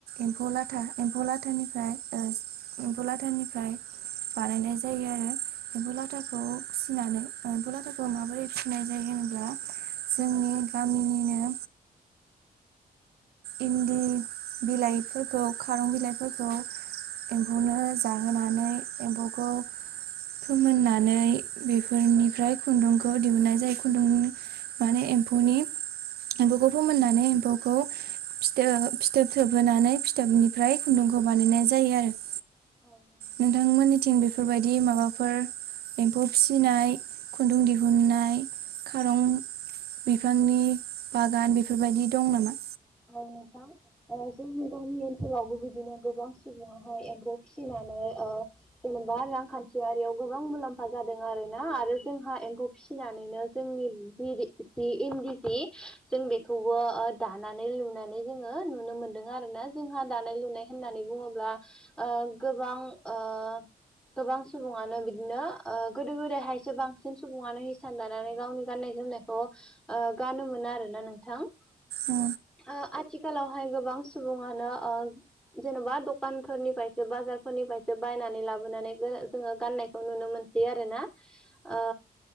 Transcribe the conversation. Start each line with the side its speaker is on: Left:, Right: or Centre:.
Right: एम्फौ लाथा एम्फौ लाथानिफाय ओ एम्फौ लाथानिफ्राय बानायनाय जायो आरो एम्फौ लाथाखौ फिसिनानै एम्फौ लाथाखौ माबोरै फिसिनाय जायो होनब्ला जोंनि
Centre: औ
Right: गामिनिनो इन्दि बिलायफोरखौ खारं बिलायफोरखौ एम्फौनो जाहोनानै एम्फौखौ फोमोननानै बिफोरनिफ्राय
Centre: औ
Right: खुन्दुंखौ दिहुनन्नाय जायो खुन्दुंनि माने एम्फौनि एम्फौखौ फोमोननानै एम्फौखौ फिथो फिथोब थोबहोनानै फिथोबनिफ्राय खुन्दुंखौ बानायनाय जायो आरो।
Centre: <unintelligible>
Right: नोंथां मोनिथिं बेफोरबायदि माबाफोर एम्फौ फिसिनाय खुन्दुं दिहुननाय खारं बिफांनि बागान बेफोरबायदि दं नामा?
Centre: औ नोंथां। ओ जोंनि गामि ओनसोलावबो बिदिनो गोबां सुबुङाहाय एम्फौ फिसिनानै ओ जेनेबा रांखान्थियारियाव गोबां मुलाम्फा जादों आरो ना आरो जोंहा एम्फौ फिनानैनो जोंनि जिरि जि इन्दि जि जों बेखौबो ओ दाना नाय लुनानै जोङो नुनो मोन्दों आरो ना जोंहा दानाय लुनाय होननानै बुङोब्ला ओ गोबां ओ गोबां सुबुङानो बिदिनो ओ गोदो गोदायहायसो बांसिन सुबुङानो हिसान दानानै गावनि गाननाय जोमनायखौ आ गानोमोना आरोना नोंथां।
Right: औ
Centre: आ आथिखालावहाय गोबां सुबुङानो आ जेन'बा दकानफोरनिफायसो बाजारफोरनिफ्रायसो बायनानै लाबोनानै गो जोङो गाननाय खौ नुनो मोनसै आरोना ओ